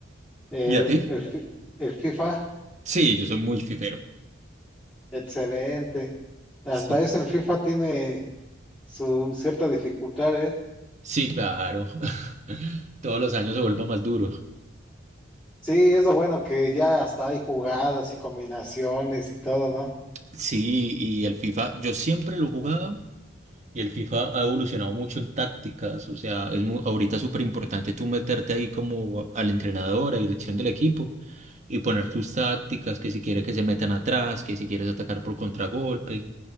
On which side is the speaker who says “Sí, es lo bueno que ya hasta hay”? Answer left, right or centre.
Centre